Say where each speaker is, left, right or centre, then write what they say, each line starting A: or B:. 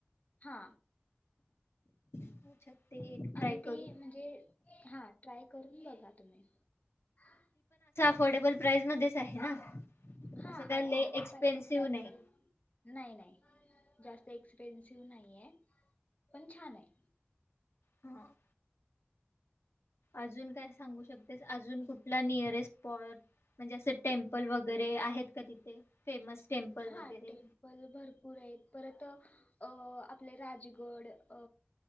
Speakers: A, on the left; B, on the left.
A: हा
B: अच्छा ते एक ट्राय
A: आणि
B: करू
A: ती म्हणजे हा ट्राय करून बघा तुम्ही <inaudible>
B: फोर्डेबल प्राईस मध्येच आहे ना?
A: हा
B: असं काय
A: अफोर्डेबल
B: लय एक्सपेन्सिव्ह
A: प्राई प्राईस
B: नाही
A: मध्ये नाही नाही. जास्त एक्सपेन्सिव नाहीय पण छान आहे.
B: हम <inaudible> अजून काय सांगू शकतेस अजून कुठला नियरेस्ट स्पॉट म्हणजे असं टेमपल वगैरे आहेत का तिथे फेमस टेम्पल
A: हा
B: वगैरे
A: टेम्पल भरपूर आहेत परत अ आपले राजगड अ